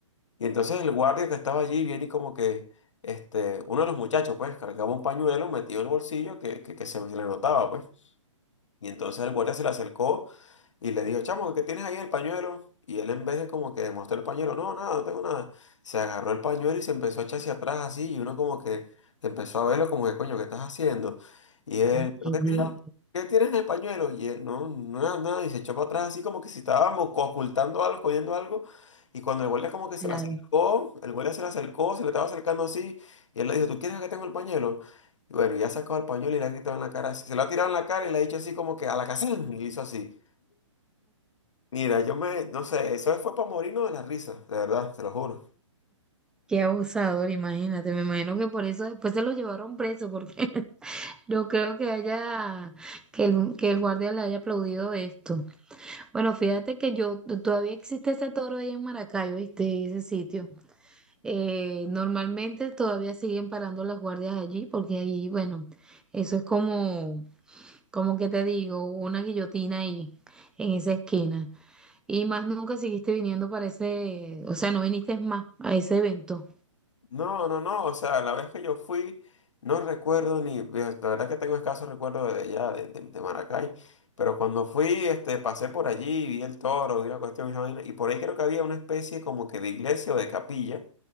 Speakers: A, on the left; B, in the centre.
A: Y entonces el guardia que estaba allí viene y como que, este, uno de los muchachos, pues, cargaba un pañuelo metido en el bolsillo que, que, que se, se le notaba, pues. Y entonces el guardia se le acercó. Y le dijo, chamo, ¿qué tienes ahí el pañuelo? Y él en vez de como que demostrar el pañuelo, no, nada, no tengo nada. Se agarró el pañuelo y se empezó a echar hacia atrás así y uno como que empezó a verlo como que, coño, ¿qué estás haciendo? Y él,
B: Ay,
A: "¿Pero qué
B: Dios,
A: tienes, qué tienes en el pañuelo? Y él, no, nada, nada. Y se echó para atrás así como que si estábamos co- ocultando algo, escondiendo algo. Y cuando el guardia como que se
B: claro.
A: le acercó, el guardia se le acercó, se le estaba acercando así. Y él le dijo, ¿tú quieres que tengo el pañuelo? Y bueno, ya sacó el pañuelo y le ha gritado en la cara, así- se lo ha tirado en la cara y le ha dicho así como que a la casa, y hizo así. Mira, yo me, no sé, eso fue para morirnos de la risa, de verdad, te lo juro.
B: Qué abusador, imagínate. Me imagino que por eso después se lo llevaron preso, porque <laughs> no creo que haya, que el, que el guardia le haya aplaudido esto. Bueno, fíjate que yo, todavía existe ese toro ahí en Maracayo, ¿viste? Ese sitio. Eh, normalmente todavía siguen parando las guardias allí, porque ahí, bueno, eso es como, como que te digo, una guillotina ahí, en esa esquina. Y más nunca seguiste viniendo para ese, o sea, no viniste más a ese evento,
A: No, no, no, o sea, la vez que yo fui, no recuerdo ni, la verdad que tengo escaso recuerdo de allá, de, de, de Maracay, pero cuando fui, este, pasé por allí, vi el toro, vi la cuestión y la vaina, y por ahí creo que había una especie como que de iglesia o de capilla,